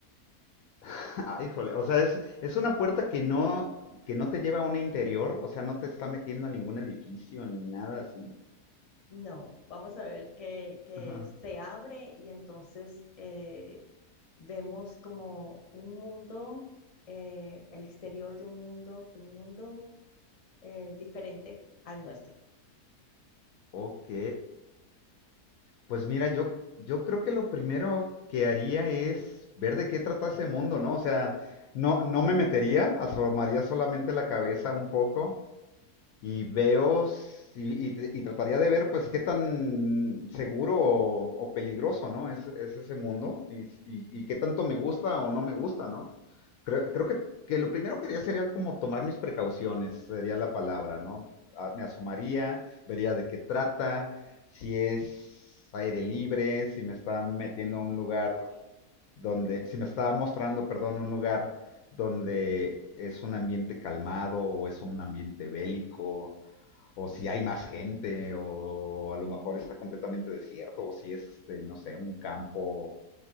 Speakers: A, on the left (about 70°); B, on the left (about 30°).
A: <laughs> Ah, híjole, o sea, es, es una puerta que no, que no te lleva a un interior, o sea, no te está metiendo a ningún edificio ni nada así.
B: No, vamos a ver que, que
A: Ajá.
B: se abre y entonces eh, vemos como un mundo, eh, el exterior de un mundo, pero un mundo eh, diferente al nuestro.
A: Ok, pues mira, yo, yo creo que lo primero que haría es ver de qué trata ese mundo, ¿no? O sea, no, no me metería, asomaría solamente
B: <laughs>
A: la cabeza un poco y veo si- y, y trataría de ver pues qué tan seguro o, o peligroso, ¿no? Es, es ese mundo y, y- y qué tanto me gusta o no me gusta, ¿no? Creo, creo que, que lo primero que haría sería como tomar mis precauciones, sería la palabra, ¿no? Ah, Me asomaría, vería de qué trata, si es aire libre, si me está metiendo a un lugar donde, si me está mostrando, perdón, un lugar donde es un ambiente calmado o es un ambiente bélico, o si hay más gente, o a lo mejor está completamente desierto, o si es, este, no sé, un campo,